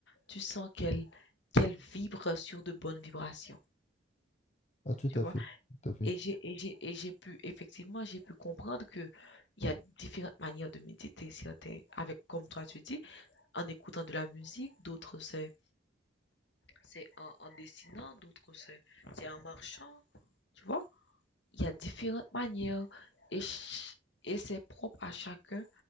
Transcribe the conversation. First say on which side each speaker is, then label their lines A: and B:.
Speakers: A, on the left; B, on the left.
A: Tu sens qu'elle, qu'elle vibre sur de bonnes vibrations.
B: Ah, tout
A: Tu
B: à
A: vois?
B: fait, tout à fait.
A: Et j'ai et j'ai et j'ai pu effectivement, j'ai pu comprendre que il y a différentes manières de méditer. Certains avec comme toi tu dis, en écoutant de la musique, d'autres c'est c'est en, en dessinant, d'autres c'est c'est en marchant, tu vois? Il y a différentes manières et ch- et c'est propre à chacun,